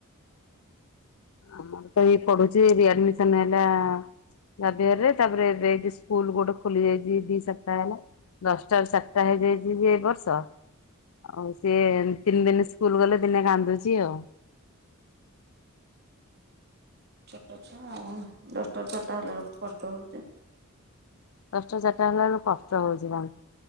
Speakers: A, on the left; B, on the right.
A: ଆମରତ ଏଇ ପଢୁଛି ରିଆଡମିସନ ହେଲା। ଜାଭିଅର ତାପରେ ସେଇଠି ସ୍କୁଲ ଗୋଟେ ଖୋଲି ଯାଇଚି ଦି ସପ୍ତାହ ହେଲା। ଦଶଟାରୁ ଚାରିଟା ହେଇଯାଇଛିଯେ ଏ ବର୍ଷ। ଆଉ ସିଏ ତିନି ଦିନ ସ୍କୁଲ ଗଲେ ଦିନେ ରାନ୍ଦୁଚି ଆଉ।
B: ଛୋଟ ଛୁଆ ଆଉ ଦଶଟା ଚାରିଟା ହେଲା କଷ୍ଟ ହଉଛି।
A: ଦଶଟାରୁ ଚାରିଟା ହେଲା ବେଳୁ କଷ୍ଟ ହଉଛି ଭାରି।